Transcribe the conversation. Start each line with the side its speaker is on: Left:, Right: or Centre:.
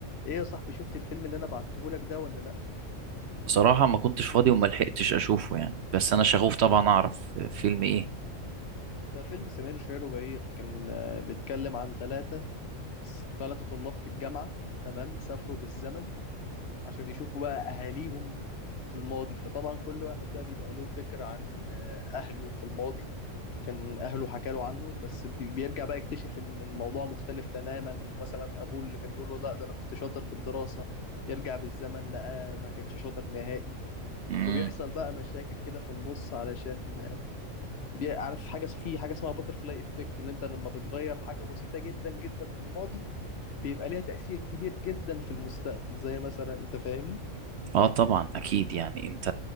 Left: ايه يا صاحبي شفت الفيلم اللي انا بعتهولك ده ولا لا
Right: بصراحة ما كنتش فاضي وما لحقتش اشوفه يعني بس انا شغوف طبعا اعرف فيلم ايه
Left: ده فيلم سمير وشهير وبهير كان آه، بيتكلم عن ثلاثة ثلاثة طلاب في الجامعة تمام سافروا بالزمن عشان يشوفوا بقى اهاليهم في الماضي فطبعا كل واحد بقى بيبقى له فكرة عن آه، اهله في الماضي كان اهله حكى له عنه بس بي- بيرجع بقى يكتشف ان الموضوع مختلف تماما مثلا ابوه اللي كان بيقول له لا ده انا كنت شاطر في الدراسة يرجع بالزمن لقى ما كانش شاطر نهائي
Right: مم.
Left: وبيحصل بقى مشاكل كده في النص علشان بي- عارف حاجه في حاجه اسمها باتر فلاي افكت ان انت لما بتغير حاجه بسيطه جدا جدا في الماضي بيبقى ليها تاثير كبير جدا في المستقبل زي مثلا انت فاهمني
Right: اه طبعا اكيد يعني انت